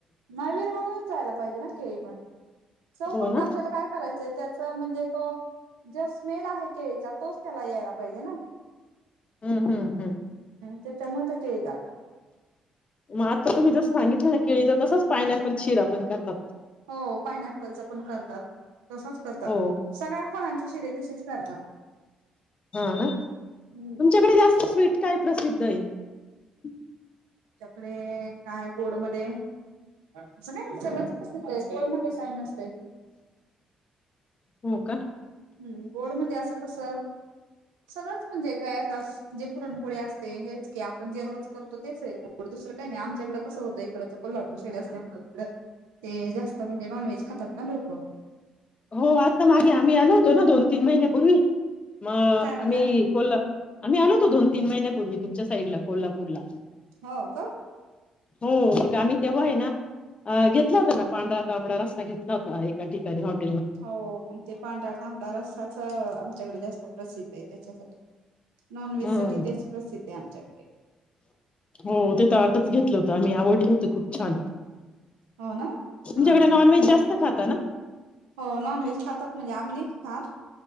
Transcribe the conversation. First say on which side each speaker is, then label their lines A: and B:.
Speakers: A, on the right; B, on the left.
A: नाही विरघळून जायला पाहिजे ना केळी पण चव
B: हो
A: फक्त
B: ना
A: आपल्याला काय करायचंय त्याचं म्हणजे तो जो स्मेल आहे केळीचा तोच त्याला यायला पाहिजे ना
B: हम्म हम्म हम्म‌्
A: त्याचं मुळं ते केळी गाब-
B: मग आता तुम्ही जसं सांगितलं ना केळीचा तसचं पायन्यापलं शिरा पण करतात.
A: हो पायन्यापल चा पण करतात. तसच करतात
B: हो
A: सगळ्या फळांची शिरे तशीच करतात
B: हा ना तुमच्याकडे
A: हम्म
B: जास्त स्विट काय प्रसिद्ध आहे. <inaudible>
A: अमच्याकडे काय गोड मध्ये असं काय नाही सगळंच प्रसिद्ध आहे असं गोड मध्ये काय नसतयं.
B: हो का
A: हम्म गोड मध्ये असं कसं सगंळच म्हणजे काय आता जे पुरणपोळी असते हेच की आपण जे रोज करतो तेच हे दुसरं का नाही आमच्याकडं कसं होतंय इकडचं कोल्हापूर साइड असल्यामुळे इकड ते जास्त म्हणजे नॉनव्हेज खातात ना लोकं.
B: हो आता मागे आम्ही आलो होतो ना दोन तीन महिन्यापूर्वी. मग
A: काय म्हणला
B: आम्ही कोल्हा आम्ही आलो होतो दोन तीन महिन्यापूर्वी तुमच्या साईड ला कोल्हापूरला.
A: हो का
B: हो मग आम्ही तेव्हा आहे ना अ घेतला होता ना पांढरा तांबडा रस्सा घेतला होता एका ठिकाणी हाॅट
A: हो पण ते पांढरा तांबडा रस्साचं आमच्याकडे जास्त प्रसिद्ध आहीत. त्यांच्यासाठी नॉन व्हेज
B: हम्म
A: साठी तेच प्रसिद्ध आहे आमच्या
B: हो ते ताटचं घेतलं होतं आणि आवडलं होतं खूप छान.
A: हो ना
B: तुमच्याकडे
A: हा हा
B: नॉनव्हेज जास्त खात ताना
A: हो नॉन व्हेज खातात म्हणजे आम्ही नाही खात.